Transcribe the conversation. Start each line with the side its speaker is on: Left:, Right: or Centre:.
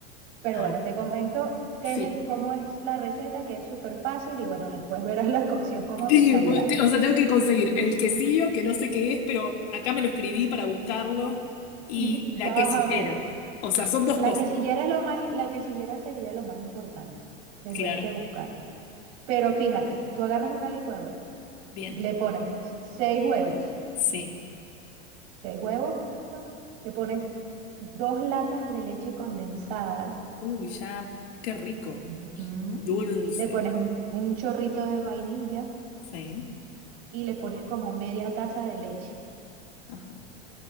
Right: Pero
Left: Ah,
Right: bueno, te comento qué
Left: sí.
Right: es el, cómo es la receta, que es súper fácil y bueno, después verás la cocción cómo
Left: Sí,
Right: te saldrá.
Left: bo- te- o sea, tengo que conseguir el quesillo, que no sé qué es, pero acá me lo escribí para buscarlo, y
Right: <laughs> Ya
Left: la
Right: vas
Left: quesillera.
Right: a ver.
Left: O sea, son dos
Right: La
Left: cosas.
Right: quesillera, es lo más, la quesillera sería lo más importante. Tendrías
Left: Claro.
Right: que buscarlo. Pero fíjate, tú agarras una licuadora,
Left: Bien.
Right: le pones s- seis huevos,
Left: Sí.
Right: seis huevos, pa, pa, pa, le pones dos latas de leche condensada,
Left: Uy, ya, qué rico.
Right: ujú,
Left: Dulce.
Right: le pones un, un chorrito de vainilla
Left: Sí.
Right: y le pones como media taza de leche
Left: Ajá.